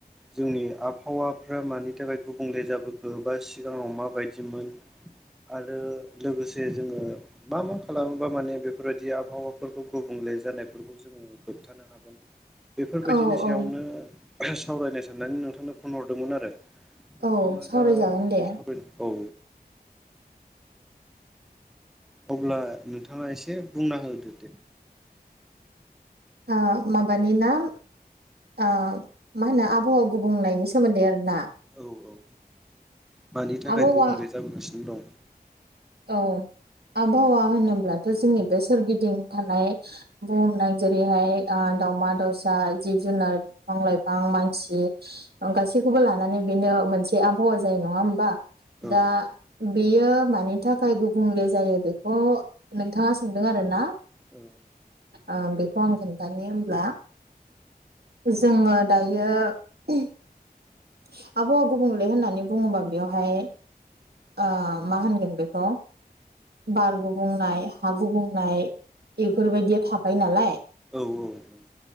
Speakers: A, in the centre; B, on the right (about 80°).
A: जोंनि आबहावाफ्रा मानि थाखाय गुबुंले जाबोखो बा सिगाङाव माबादिमोन आरो लोगोसे जोङो मा मा खालामोबा माने बेफोरबायदि आबहावाफोरखौ गुबुं ले जानायफोरखौ जोङो होबथानो हागोन बेफोरबायदिनि
B: औ
A: सायावनो
B: औ
A: सावरायनो साननानै नोंथांनो फन हरदोंमोन आरो नोंथाङा
B: औ सावरायजागोन
A: दा
B: दे
A: सावराय औ अब्ला नोंथाङा एसे बुंना होदो दे
B: आ माबानि ना ओ मा होनो आबहावा गुबुंनायनि सोमोन्दै आरोना
A: औ औ मानि थाखाय
B: आबहावा
A: गुबुंले जाबोगासिनो
B: औ आबहावा होनोब्लाथ' जोंनि बे सोरगिदिं थानाय बुहुमनाय जेरैहाय दाावमा-दाउसा, जिब-जुनार' बिफां-लाइफां' मानसि गासैखौबो लानानै बेनो मोनसे आबहावा जायो नङा होमबा
A: दं
B: दा बेयो मानि थाखाय गुबुंले जायो बेखौ नोंथाङा सोंदों आरो ना
A: औ
B: ओ बेखौ आं खोनथायायो हब्ला जोङो दायो आबहावा गुबुंले होननानै बुङोबा बेवहाय ओ मा होनगोन बे खो बार गुबुंनाय हा गुबुंनाय बेफोरबायदिया थाफायो नालाय
A: औ औ नंगौ